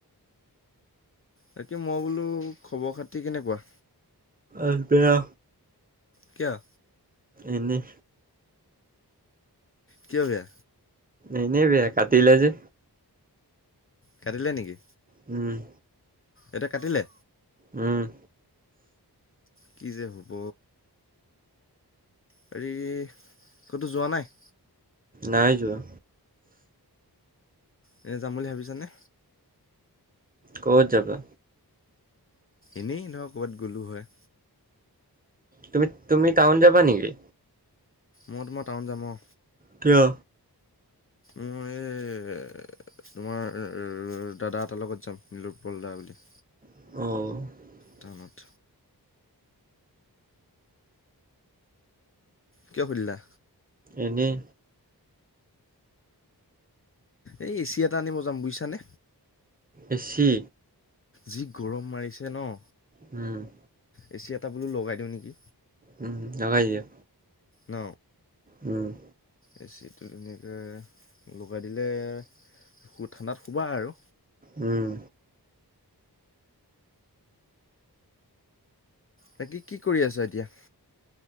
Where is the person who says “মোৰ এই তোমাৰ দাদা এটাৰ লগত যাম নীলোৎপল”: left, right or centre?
Left